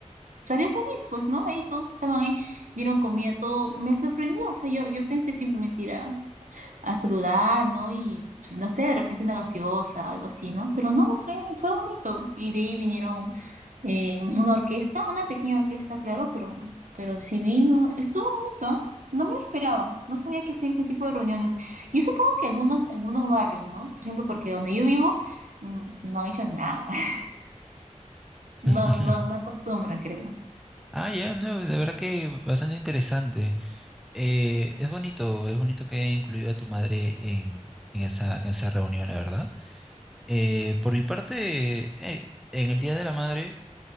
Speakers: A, on the right; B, in the centre.
A: salió feliz, pues, ¿no? Ahí todos estaban ahí, dieron comida, todo. Me sorprendió, o sea, yo, yo pensé simplemente ir a, a saludar, ¿no? Y pues, no sé, de repente una gaseosa, algo así, ¿no? Pero no, fue, fue bonito. Y de ahí vinieron eh, una orquesta, una pequeña orquesta, claro, pero, pero sí vino, estuvo bonito, ¿ah? No me lo esperaba, no sabía que hacían ese tipo de reuniones. Yo supongo que algunos, algunos barrios, ¿no? Por ejemplo, porque donde yo vivo, mm, no han hecho nada. <laughs>
B: <laughs>
A: No, no, no acostumbran, creo.
B: Ah, ya, no, de verdad que bastante interesante. Eh, es bonito, es bonito que haya incluido a tu madre en, en esa, en esa reunión, la verdad. Eh, por mi parte, eh, en el Día de la Madre,